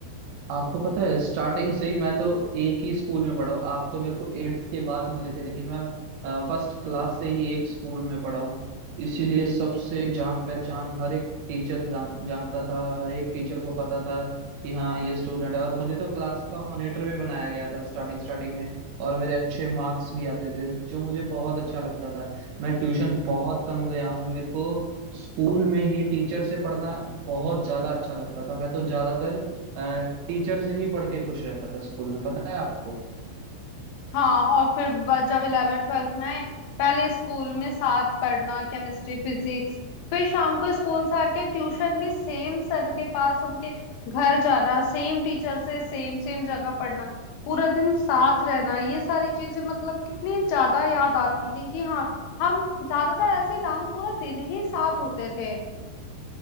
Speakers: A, on the right; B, on the left.
A: आपको पता है स्टार्टिंग से ही मैं तो एक ही स्कूल में पढ़ा हूँ आप तो मेरे को एट्थ के बाद मिले थे लेकिन मैं फर्स्ट क्लास से ही एक स्कूल में पढ़ा हूँ इसीलिए सबसे जान पहचान हर एक टीचर जान, जानता था हर एक टीचर को पता था कि हाँ ये स्टूडेंट है और मुझे तो क्लास का मॉनिटर भी बनाया गया था स्टार्टिंग स्टार्टिंग में और मेरे अच्छे मार्क्स भी आते थे जो मुझे बहुत अच्छा लगता था मैं ट्यूशन बहुत कम गया हूँ मेरे को स्कूल में ही टीचर से पढ़ना बहुत ज्यादा अच्छा लगता था मैं तो ज्यादातर टीचर से ही पढ़ के खुश रहता था स्कूल में पता है आपको
B: हाँ और फिर ब- जब इलेवन ट्वेल्थ में आए पहले स्कूल में साथ पढ़ना केमिस्ट्री फिजिक्स फिर शाम को स्कूल से आके ट्यूशन भी सेम सर के पास उनके घर जाना सेम टीचर से सेम सेम जगह पढ़ना पूरा दिन साथ रहना ये सारी चीजें मतलब कितनी ज्यादा याद आती हैं कि हाँ हम ज्यादातर ऐसे काम पूरा दिन ही साथ होते थे